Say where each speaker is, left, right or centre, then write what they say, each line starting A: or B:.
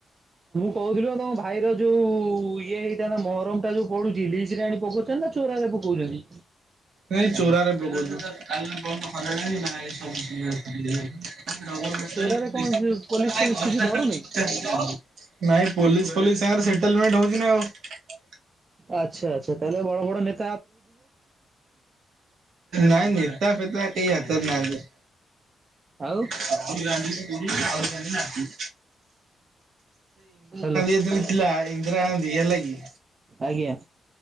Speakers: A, on the right; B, on the right.
A: କହୁଥିଲି ପା ତମ ଭାଇର ଯୋଉ ଇଏ ହେଇଥାନ୍ତା ମହରମ ଟା ଯୋଉ ପଡୁଚି ଲିଚ ରେ ଆଣି ପକଉଛନ୍ତି ନା ଚୋରାରେ ପକଉଛନ୍ତି?
B: ନାଇଁ ଚୋରାରେ ପକୋଉଛୁ। <unintelligible> ନାଇଁ
A: ଆଚ୍ଛା
B: ପୋଲିସ୍
A: ଚୋରାରେ କଣ
B: ଫୋଲିସ୍
A: ପୋଲିସ ଫୋଲିସ କିଛି
B: ସାଙ୍ଗରେ
A: ଧରୁନି?
B: ସେଟଲମେଣ୍ଟ ହଉଛି ନା ଆଉ।
A: ଆଛା ଆଛା। ତାହେଲେ ବଡ ବଡ ନେତ
B: ନାଇଁ ନେତା ଫେତା କେହି ଆସିବାର ନାହାଁନ୍ତି।
A: ଆଉ
B: <unintelligible> ସେ ଇନ୍ଦିରା ଗାନ୍ଧୀ
A: ହ୍ୟାଲୋ
B: ଯେତେବେଳେ ଥିଲା, ଇନ୍ଦିରା ଗାନ୍ଧୀ ହେଲା କି-
A: ଆଜ୍ଞା।